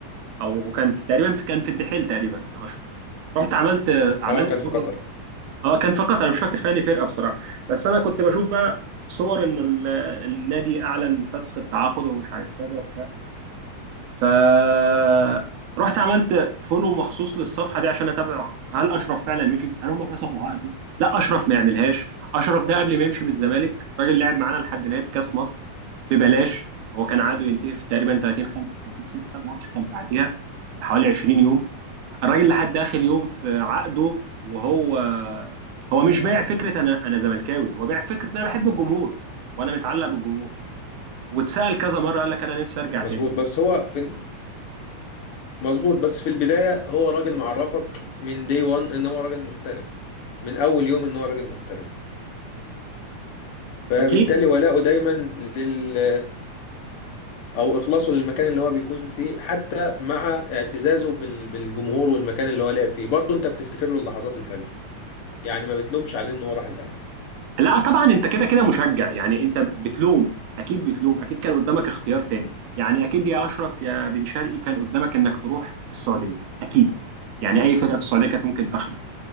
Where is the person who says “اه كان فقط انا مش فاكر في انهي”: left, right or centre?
Right